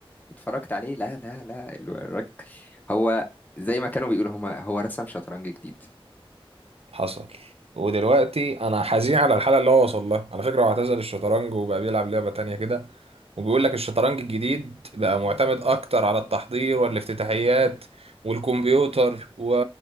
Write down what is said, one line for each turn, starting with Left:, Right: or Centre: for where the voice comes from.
Left: اتفرجت عليه لا لا لا الراجل هو زي ما كانوا بيقولوا هما هو رسم شطرنج جديد
Right: حصل ودلوقتي انا حزين على الحاله اللي هو وصل لها على فكره هو اعتزل الشطرنج وبقى بيلعب لعبه تانية كده وبيقول لك الشطرنج الجديد بقى معتمد اكتر على التحضير والافتتاحيات والكمبيوتر و...